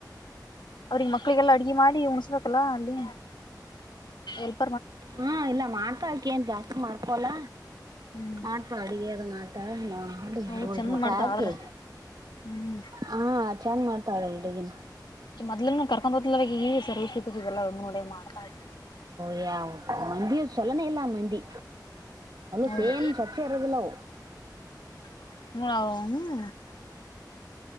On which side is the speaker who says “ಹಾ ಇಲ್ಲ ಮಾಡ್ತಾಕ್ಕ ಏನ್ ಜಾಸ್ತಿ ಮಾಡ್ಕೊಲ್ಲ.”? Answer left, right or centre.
Right